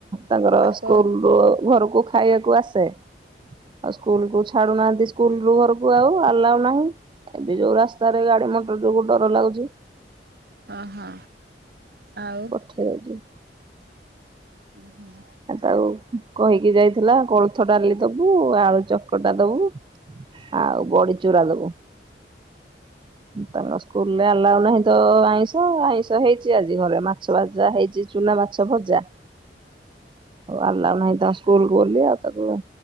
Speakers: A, on the right (about 25°); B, on the right (about 60°).
A: ତାଙ୍କର ସ୍କୁଲରୁ
B: କ
A: ଘରକୁ ଖାଇବାକୁ ଆସେ। ଆଉ ସ୍କୁଲକୁ ଛାଡୁନାହାନ୍ତି ସ୍କୁଲରୁ ଘରକୁ ଆଉ ଆଲାଉ ନାହିଁ। ଏବେ ଯୋଉ ରାସ୍ତାରେ ଗାଡି ମଟର ଯୋଗୁ ଡର ଲାଗୁଛି।
B: ଓହୋ ଆଉ।
A: ଠିକ ଅଛି।
B: ହୁଁ ହୁଁ।
A: ଆଉ କହିକି ଯାଇଥିଲା କୋଳଥ ଡାଲି ଦବୁ ଆଳୁ ଚକଟା ଦବୁ। ଆଉ ବଡି ଚୁରା ଦବୁ। ତାଙ୍କ ସ୍କୁଲରେ ଆଲାଉ ନାହିଁ ତ ଆଇଁଷ ଆଇଁଷ ହେଇଛି ଆଜି ଘରେ ମା ମାଛ ଭଜା ହେଇଛି ଚୁନାମାଛ ଭଜା। ଉ ଆଲ୍ଲାଉ ନାହିଁ ତା ସ୍କୁଲ ବୋଲି ଆଉ ତାକୁୁ